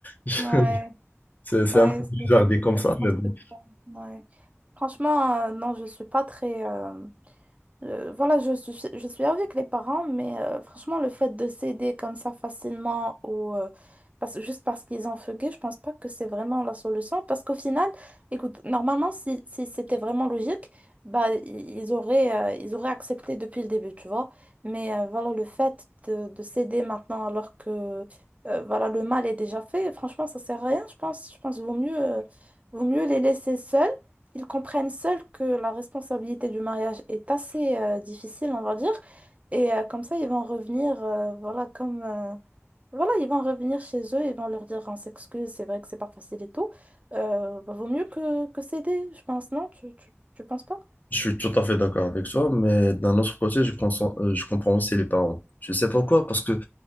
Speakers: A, on the left; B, on the right.
A: <laughs>
B: ouais,
A: C'est c'est
B: ouais,
A: un peu bizarre
B: c'est
A: dit comme
B: c'est
A: ça,
B: n'importe
A: mais bon.
B: quoi. Ouais. Franchement, euh, non, je suis pas très, euh, Euh, voilà, je suis, je suis avec les parents, mais euh, franchement, le fait de céder comme ça facilement ou euh, parce, juste parce qu'ils ont fugué, je pense pas que c'est vraiment la solution. Parce qu'au final, écoute, normalement, si, si c'était vraiment logique, bah, i- ils auraient, euh, ils auraient accepté depuis le début, tu vois. Mais euh, voilà, le fait de, de céder maintenant alors que euh, voilà, le mal est déjà fait, franchement, ça sert à rien, je pense. Je pense qu'il vaut mieux, euh, vaut mieux les laisser seuls. Ils comprennent seuls que la responsabilité du mariage est assez euh, difficile, on va dire. Et euh, comme ça, ils vont revenir, euh, voilà, comme... euh, voilà, ils vont revenir chez eux, ils vont leur dire, on s'excuse, c'est vrai que c'est pas facile et tout. Euh, bah, vaut mieux que, que céder, je pense, non? Tu, tu, tu penses pas?
A: Je suis tout à fait d'accord avec toi, mais d'un autre côté, je pense, euh, je comprends aussi les parents. Je sais pourquoi, parce que